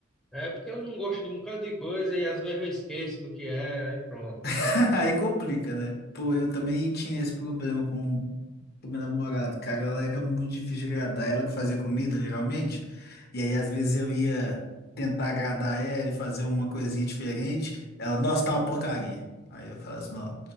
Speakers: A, in the centre; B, on the left.
A: É porque ela não gosta de um bocado de coisa e às vezes eu esqueço do que é, aí pronto.
B: <laughs> Aí complica, né? Pô, eu também tinha esse problema com o meu namorado. Cara, ela era muito difícil de agradar. Ela que fazia comida, geralmente. E aí, às vezes, eu ia tentar agradar ela e fazer uma coisinha diferente. Ela, nossa, tá uma porcaria. Aí eu falava assim, ó,